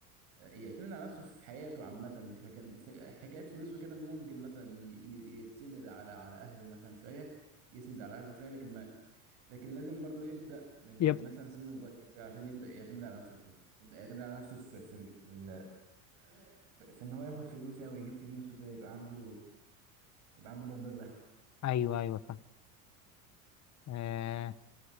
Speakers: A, on the right; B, on the left.
A: يعتمد على نفسه في حياته عامه مش لكن في حكايه فلوس وكده ممكن مثلا ي- ي- يتسند على على اهله مثلا شويه يسند على اهله شويه لكن ما لكن لازم برضو يبدأ من
B: يبقى
A: من مثلا سن مبكر شوية عشان يبدأ يعتمد على نفسه كده يبدأ يعتمد على نفسه في في ال- في, ال- في, في ان هو ياخد فلوس يعني ويجيب فلوس وكده يبقى عنده يبقى عنده مصدر دخل
B: أيوه أيوه صح آه